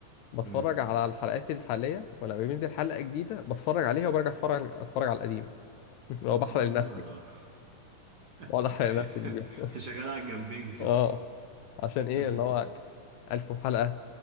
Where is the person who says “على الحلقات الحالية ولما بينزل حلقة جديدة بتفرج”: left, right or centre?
Left